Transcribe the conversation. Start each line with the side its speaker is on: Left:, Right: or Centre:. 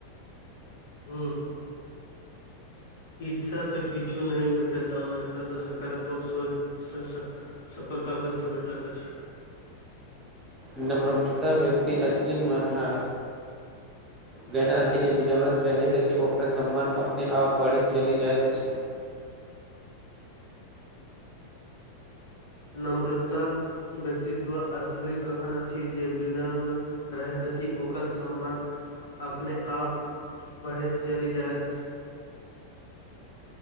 Left: हु ईर्षा से किछु नहि भेटत आ मेहनत आ सकारात्मक सोच सबस सफलता बस भेटत अछि
Right: नमरवर्तता व्यक्ति असलीमे आधा
Left: <inaudible>
Right: जेना अछि जे विनम्र रहैत अछि ओकर सम्मान अपने आप बढ़ैत चलि जाइत अछि
Left: नम्रता व्यक्तित्व असलि ग्रहण अछि छै जे विनम्र रहैत अछि ओकर सम्मान अपने आप बढ़ैत चलि जाइत अछि